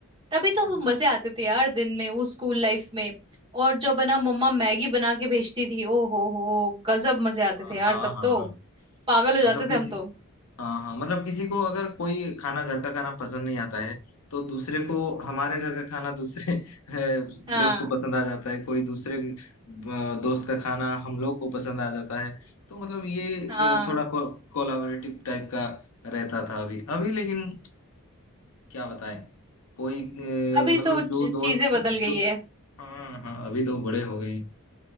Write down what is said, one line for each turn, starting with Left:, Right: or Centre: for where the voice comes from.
Right: तभी तो
Left: <laughs>
Right: वो मजे आते थे यार दिन में वो स्कूल लाइफ में और जो बना मम्मा मैगी बना के भेजती थी ओ हो हो गजब मजे आते
Left: हाँ
Right: थे यार
Left: हाँ
Right: तब
Left: हाँ
Right: तो
Left: हाँ हाँ
Right: पागल हो
Left: मतलब
Right: जाते
Left: किसी
Right: थे हम तो
Left: हाँ हाँ मतलब किसी को अगर कोई खाना घर का खाना पसंद नहीं आता है तो दूसरे को हमारे घर का खाना दूसरे अ,
Right: हाँ
Left: दोस्त को पसंद आ जाता है कोई दूसरे अ, दोस्त का खाना हम लोग को पसंद आ जाता है तो मतलब ये
Right: हाँ
Left: अ, थोड़ा को, कोलाबरेटिव टाइप का रहता था अभी अभी लेकिन क्या बताएं कोई अ,
Right: अभी
Left: मतलब
Right: तो च-
Left: जो दोस्त
Right: चीजें बदल
Left: जो
Right: गई है
Left: हाँ हाँ अभी तो बड़े हो गए हैं